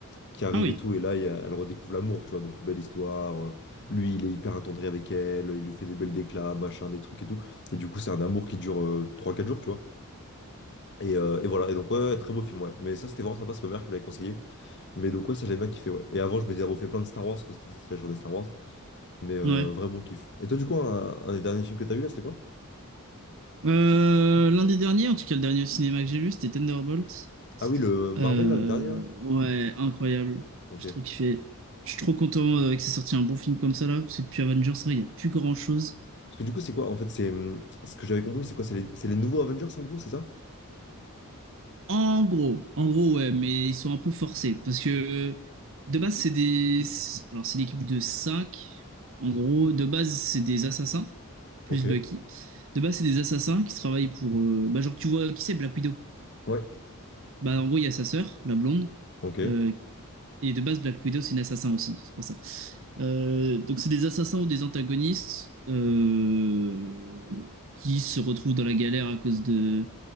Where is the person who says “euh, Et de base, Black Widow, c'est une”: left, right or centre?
Right